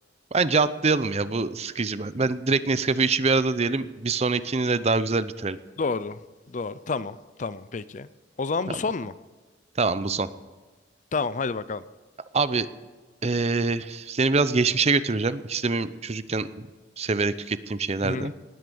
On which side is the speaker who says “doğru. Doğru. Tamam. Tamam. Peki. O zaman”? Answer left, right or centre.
Left